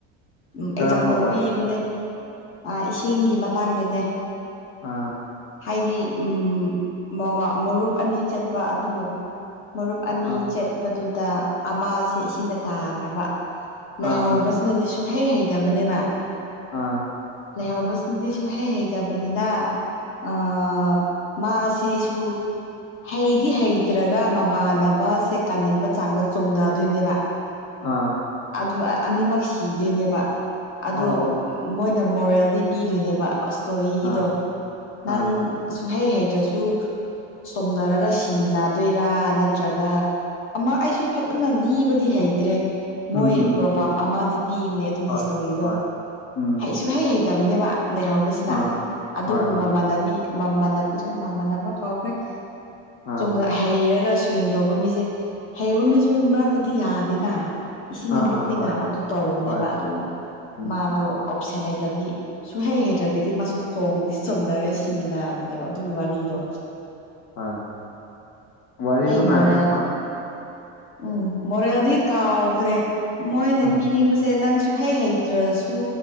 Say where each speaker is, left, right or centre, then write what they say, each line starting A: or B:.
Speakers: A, on the left; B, on the left.
A: ꯎꯝ
B: ꯀꯔꯝꯕ
A: ꯑꯦꯛꯖꯥꯝꯄꯜ
B: ꯋꯥꯔꯤ
A: ꯄꯤꯕꯅꯦ ꯑꯥ ꯏꯁꯤꯡꯒꯤ ꯃꯇꯥꯡꯗꯅꯦ
B: ꯑꯥ
A: ꯍꯥꯏꯗꯤ ꯎꯝ ꯃꯥ ꯃꯥ ꯃꯔꯨꯞ ꯑꯅꯤ ꯆꯠꯄ ꯑꯗꯨ ꯃꯔꯨꯞ ꯑꯅꯤ
B: ꯑꯥ
A: ꯆꯠꯄꯗꯨꯗ ꯑꯃꯥꯁꯦ ꯏꯁꯤꯡꯗ ꯇꯥꯈ꯭ꯔꯕ ꯂꯩꯍꯧꯕꯁꯤꯅꯗꯤ
B: ꯑꯥ ꯑꯥ
A: ꯁꯨꯛꯍꯩ ꯍꯩꯇꯕꯅꯦꯕ
B: ꯑꯥ
A: ꯂꯩꯍꯧꯕꯁꯤꯅꯗꯤ ꯁꯨꯛꯍꯩ ꯍꯩꯇꯕꯅꯤꯅ ꯑꯥ ꯃꯥꯁꯤꯁꯨ ꯍꯩꯗꯤ ꯍꯩꯇ꯭ꯔꯒ ꯃꯃꯥꯟꯅꯕꯁꯦ ꯀꯟꯅꯤꯡꯕ ꯆꯥꯡꯗ ꯆꯣꯡꯗꯗꯣꯏꯅꯦꯕ
B: ꯑꯥ
A: ꯑꯗꯨ ꯑꯅꯤꯃꯛ ꯁꯤꯗꯨꯏꯅꯦꯕ ꯑꯗꯣ
B: ꯑꯣ ꯑꯣ
A: ꯃꯣꯏꯅ ꯃꯣꯔꯦꯜꯗꯤ ꯄꯤꯗꯨꯏꯅꯦꯕ ꯑꯣꯁ ꯁ꯭ꯇꯣꯔꯤꯒꯤꯗꯣ
B: ꯑꯥ ꯑꯥ
A: ꯅꯪ ꯁꯨꯛꯍꯩ ꯍꯩꯇ꯭ꯔꯁꯨ ꯆꯣꯡꯗꯔꯒ ꯁꯤꯃꯤꯟꯅꯗꯨꯢꯔ ꯅꯠꯇ꯭ꯔꯒ ꯑꯃ ꯑꯩꯁꯨ ꯐꯖꯅ ꯂꯤꯕꯗꯤ ꯍꯩꯇ꯭ꯔꯦ
B: ꯎꯝ
A: ꯃꯣꯏ
B: ꯎꯝ
A: ꯄ꯭ꯔꯣꯚꯥꯞ
B: ꯎꯝ
A: ꯑꯃꯗꯤ ꯄꯤꯕꯅꯦ ꯑꯗꯨꯒꯤ
B: ꯍꯣꯏ
A: ꯁ꯭ꯇꯣꯔꯤꯗꯣ
B: ꯍꯣꯏ ꯎꯝ
A: ꯍꯩ ꯁꯨꯨꯡ ꯍꯩ ꯍꯩꯇꯕꯅꯦꯕ ꯂꯩꯍꯧꯕꯁꯤꯅ
B: ꯑꯥ
A: ꯑꯗꯨꯕꯨ
B: ꯍꯣꯏ ꯍꯣꯏ
A: ꯃꯃꯥꯟꯅꯕꯤ ꯃꯃꯥꯟꯅꯕꯤꯔ ꯃꯃꯥꯟꯅꯕ꯭ꯔꯥ ꯀꯥꯎꯈ꯭ꯔꯦ
B: ꯑꯥ
A: ꯆꯣꯡꯉ ꯍꯩꯔꯒ ꯁ꯭ꯋꯤꯝ ꯇꯧꯕ ꯃꯤꯁꯦ ꯍꯩꯕ ꯃꯤꯁꯨ ꯃꯔꯛꯇꯗꯤ ꯌꯥꯗꯦꯅ ꯏꯁꯤꯡꯅ
B: ꯑꯥ
A: ꯂꯨꯞꯄꯤꯅ
B: ꯑꯥ ꯍꯣꯏ ꯍꯣꯏ
A: ꯑꯗꯨ ꯇꯧꯕꯅꯦꯕ
B: ꯍꯣꯏ
A: ꯑꯗꯨ
B: ꯎꯝ
A: ꯃꯗꯣ ꯑꯣꯞꯁꯟ ꯂꯩꯇꯕꯒꯤ ꯁꯨꯍꯩ ꯍꯩꯇ꯭ꯔꯒꯗꯤ ꯃꯥꯁꯨ ꯆꯣꯡꯗꯤ ꯆꯣꯡꯊꯔꯒ ꯁꯤꯃꯤꯟꯅꯕꯅꯦꯕ ꯑꯗꯨꯒꯤ ꯋꯥꯔꯤ ꯗꯣ
B: ꯍꯣꯏ ꯋꯥꯔꯤ
A: ꯑꯩ
B: ꯅꯨꯡꯉꯥꯏꯗꯧ
A: ꯃꯣꯔꯦꯜ
B: ꯃꯥꯜ
A: ꯎꯝ ꯃꯣꯔꯦꯜꯗꯤ ꯀꯥꯎꯈ꯭ꯔꯦ ꯃꯣꯏꯅ
B: ꯎꯝ
A: ꯄꯤꯅꯤꯡꯕꯁꯦ ꯅꯪꯁꯨ ꯁꯨ ꯍꯩ ꯍꯩꯇ꯭ꯔꯁꯨ